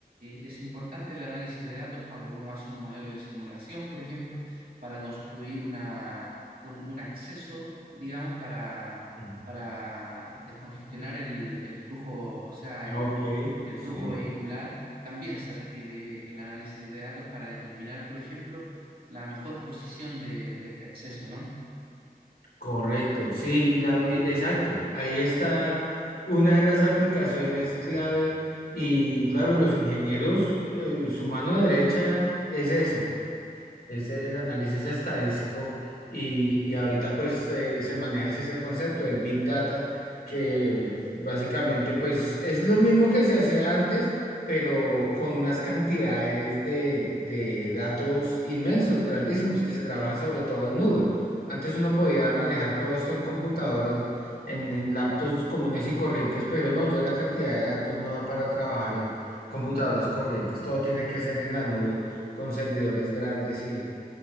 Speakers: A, on the right; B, on the left.
A: eh, es importante el análisis de datos cuando uno hace un modelo de simulación, por ejemplo, para construir una, un, un acceso, digamos, para,
B: Ujú.
A: para descongestionar el, el flujo, o sea, el,
B: Ah, ok,
A: el
B: sí.
A: flujo vehicular. También se requiere el análisis de datos para determinar, por ejemplo, la mejor posición de, de este acceso, ¿no?
B: Correcto, sí, la- y- exacto. Ahí está una de las aplicaciones clave y claro, los ingenieros, eh, su mano derecha es eso, es el análisis estadístico y, y ahorita pues eh, se maneja ese concepto de Big Data que básicamente pues es lo mismo que se hacía antes, pero con unas cantidades de, de datos inmensos, grandísimos, que se trabajan sobre todo en nube. Antes uno podía manejar todo esto en computadores, en, en laptops comunes y corrientes, pero no, ya la cantidad de datos no da para trabajar en computadores corrientes, todo tiene que ser en la nube con servidores grandes y,